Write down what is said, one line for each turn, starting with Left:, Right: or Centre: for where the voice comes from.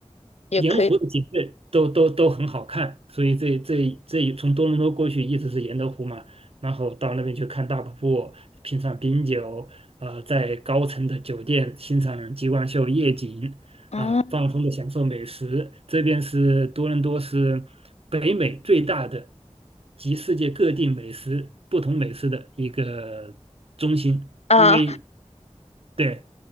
Left: 也可以
Right: 沿湖的景色都都都很好看，所以这这这从多伦多过去一直是沿着湖嘛，然后到那边去看大瀑布，品尝冰酒，呃，在高层的酒店欣赏极光秀夜景，
Left: 嗯，
Right: 啊，放松的享受美食。这边是多伦多是北美最大的集世界各地美食不同美食的一个中心，
Left: 啊，
Right: 因为对，